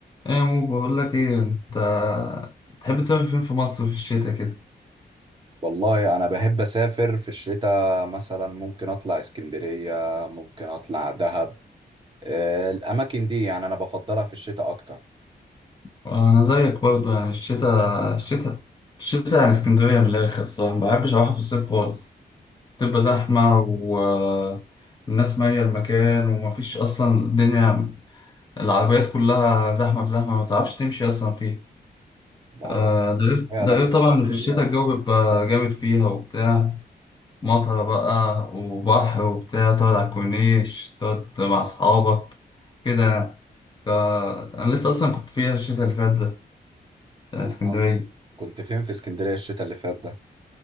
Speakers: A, on the left; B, on the right.
A: ايه مو بقول لك ايه انت بتحب تسافر فين في مصر في الشتاء كده
B: والله انا بحب اسافر في الشتاء مثلا ممكن اطلع اسكندرية ممكن اطلع دهب آه، الاماكن دي يعني انا بفضلها في الشتاء اكتر
A: انا زيك برضو يعني الشتاء الشتاء الشتاء يعني اسكندريه من الاخر صح ما بحبش اروحها في الصيف خالص تبقى
B: ما
A: زحمه
B: هي
A: والناس ماليه المكان ومفيش اصلا الدنيا العربيات كلها زحمه في زحمه ما تعرفش تمشي اصلا فيه
B: ما
A: آه،
B: هو
A: ده غير
B: فعلا
A: ده غير
B: اسكندرية
A: طبعا إن في الشتاء الجو بيبقى جامد فيها وبتاع مطرة بقى وبحر وبتاع تقعد على الكورنيش تقعد مع أصحابك كده يعني. ف- أنا لسه أصلا كنت فيها الشتا اللي فات ده بتاع اسكندرية
B: آه. كنت فين في اسكندرية الشتاء اللي فات ده